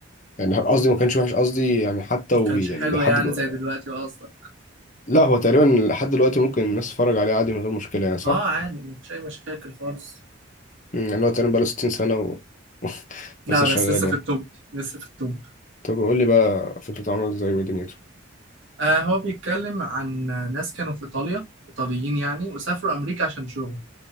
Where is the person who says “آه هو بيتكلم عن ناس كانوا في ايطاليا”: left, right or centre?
Right